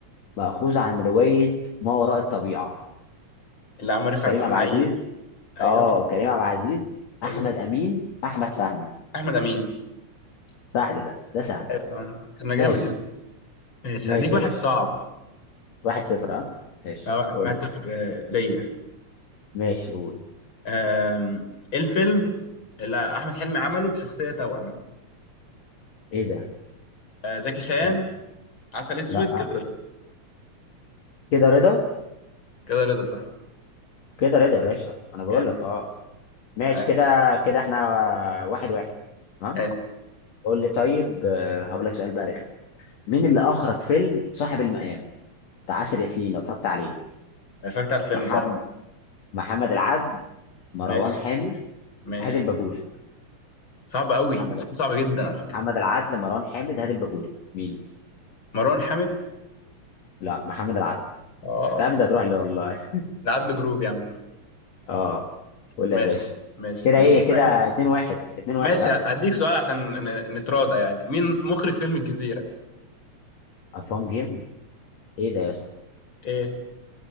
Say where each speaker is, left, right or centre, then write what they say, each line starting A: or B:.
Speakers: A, on the left; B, on the left.
A: مأخوذ عن روايه ما وراء الطبيعه
B: اللي عمل رفعت
A: كريم
B: اسماعيل
A: عبد العزيز
B: ايوه
A: اه كريم عبد العزيز
B: ايوه
A: احمد امين احمد فهمي
B: أيوة. احمد امين
A: سهل ده ده سهل
B: ايوه طبعا انا جامد
A: ماشي
B: يا ابني. ماشي
A: ماشي
B: هديك واحد
A: يا باشا
B: صعب
A: واحد صفر اه ماشي
B: آه،
A: قول
B: واحد
A: لي.
B: صفر آه، ليا
A: ماشي قول
B: آم، ايه الفيلم اللي احمد حلمي عمله بشخصية توأم
A: ايه ده
B: آه، زكي شان
A: فين
B: عسل اسود
A: لا
B: كده رضا
A: كده رضا
B: كده رضا صح
A: كده رضا يا باشا انا بقول
B: جامد
A: لك اه ماشي
B: ايوه
A: كده كده احنا واحد واحد تمام
B: ايوه
A: قول لي طيب آه، هقول لك سؤال بقى رخم مين اللي اخرج فيلم صاحب المقام بتاع آسر ياسين لو اتفرجت عليه
B: اتفرجت على الفيلم
A: محمد
B: طبعا
A: محمد العدل مروان
B: ماشي
A: حامد
B: ماشي
A: هادي الباجوري
B: صعب قوي
A: محمد العدل
B: صعب جدا على فكرة
A: محمد العدل مروان حامد هادي الباجوري مين
B: مروان حامد
A: لا محمد العدل
B: اه
A: تعمل ده هتروح لي والله
B: العدل جروب يا عم
A: اه قول
B: ماشي
A: لي يا باشا
B: ماشي
A: كده
B: هديك
A: ايه كده
B: واحد
A: 2 1 2 1
B: ماشي
A: ها
B: هديك سؤال عشان ن- نتراضى يعني مين مخرج فيلم الجزيرة
A: فان جيم ايه ده يا اسطى
B: ايه